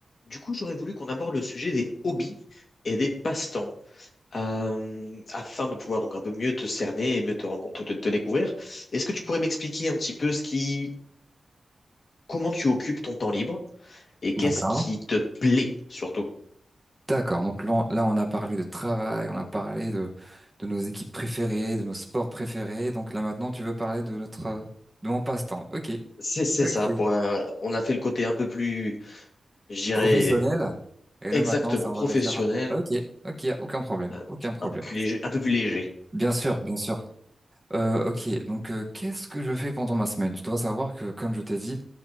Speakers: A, on the left (about 60°); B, on the right (about 15°).
A: Du coup, j'aurais voulu qu'on aborde le sujet des hobbies et des passe-temps, euh, afin de pouvoir donc un peu mieux te cerner et mieux te rencontrer, te, te découvrir. Est-ce que tu pourrais m'expliquer un petit peu ce qui, comment tu occupes ton temps libre et qu'est-ce
B: D'accord.
A: qui te plaît surtout?
B: D'accord. Donc là, on là, on a parlé de travail, on a parlé de, de nos équipes préférées, de nos sports préférés. Donc là, maintenant, tu veux parler de notre, de mon passe-temps. OK.
A: C'est c'est
B: Ok.
A: ça. Pour, euh, on a fait le côté un peu plus, je dirais,
B: Professionnel. Et
A: exactement
B: là, maintenant, ça, on
A: professionnel,
B: va dire, OK, OK, y a aucun problème,
A: euh,
B: aucun problème.
A: un peu plus léger, un peu plus léger.
B: Bien sûr, bien sûr. Euh, OK. Donc, euh, qu'est-ce que je fais pendant ma semaine? Tu dois savoir que, comme je t'ai dit,